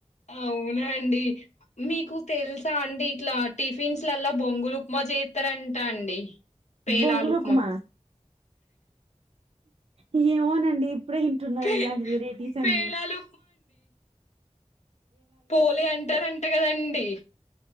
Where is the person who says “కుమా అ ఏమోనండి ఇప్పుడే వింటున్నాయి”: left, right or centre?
Right